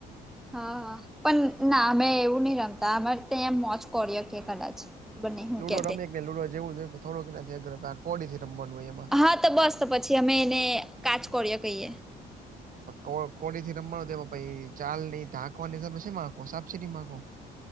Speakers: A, in the centre; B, on the right (about 55°).
A: હા પણ ના અમે એવું નહ રમતા અમારે ત્યા મોજ કરી્યો કે કદાચ ખબર નહી હું
B: લુડો રમી
A: તે
B: કે ને લુડો જવું જોઈએ થડોું નાનાથી અગર આ કોડીથી રમવાનું હોય એમાં
A: હા તો, બસ તો પછી અમે એને કાચ કોળિયો કહીએ.
B: કોડ કોડીથી રમવાનું પહિ ચાલ ની તાકવાની કે પછી સાપસીડી માંગો.